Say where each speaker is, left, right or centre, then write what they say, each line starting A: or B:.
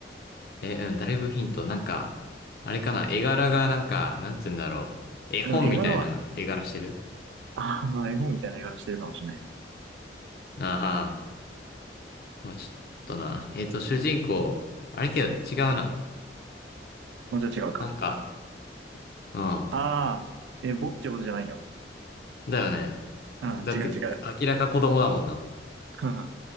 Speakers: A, on the left; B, on the right.
A: え、うん、だいぶヒント。なんか、あれかな、絵柄がなんか、なんて言うんだろう。絵本みたいな絵柄してる
B: でも絵柄は、ああ、絵本みたいな絵柄してるかもしれない。
A: ああ、まあちょっとな。えっと、主人公、あれけど違うな。
B: もうちょっと違うか。
A: なんか、うん。
B: ああ、え、ぼっちほどじゃないよ。
A: だよね。
B: ああ、
A: だって、
B: 違う違う。
A: 明らか子供だもんな。
B: <laughs>